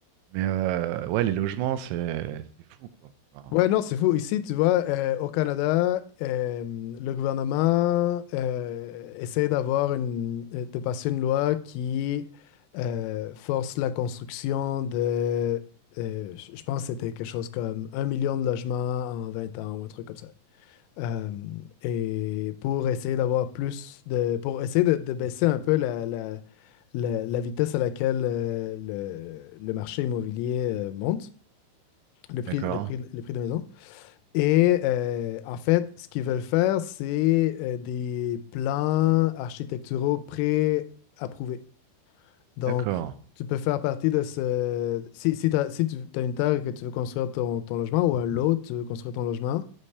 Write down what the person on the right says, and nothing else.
Mais euh, ouais, les logements, c'est c'est fou, quoi. Enfin,
d'accord,
hein.
d'accord.